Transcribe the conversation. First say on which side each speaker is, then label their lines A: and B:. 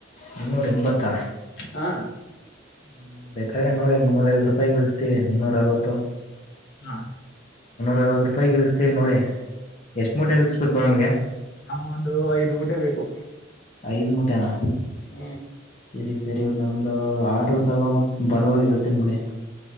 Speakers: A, on the left; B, on the left.
A: ಮುನ್ನೂರಎಂಬತ್ತಾ.
B: ಹಾಂ
A: ಹ್ಮ್ ಬೇಕಾರೆ ನೋಡಿ ಮುನ್ನೂರ ಐವತ್ತು ರೂಪಾಯಿಗ ಇಳಸ್ತೀವಿ ಮುನ್ನೂರ ಅರವತ್ತು.
B: ಹಾ
A: ಮುನ್ನೂರ ಅರವತ್ತು ರೂಪಾಯಿಗೆ ಇಳಸ್ತೀವಿ ನೋಡಿ ಎಷ್ಟು ಮೂಟೆ ಇಸ್ಸ್ಬೇಕು ನಿಮ್ಗೆ.
B: ನಮಗೊಂದು ಐದು ಮೂಟೆ ಬೇಕು
A: ಐದು ಮೂಟೆನಾ
B: ಹ್ಞೂ
A: ಸರಿ ಸರಿ ನಂದು ಆರ್ಡರ್ ತೊಗೊಂಡ ಬರುವಾಗ ಹೇಳ್ತೀನ್ ಬಿಡಿ.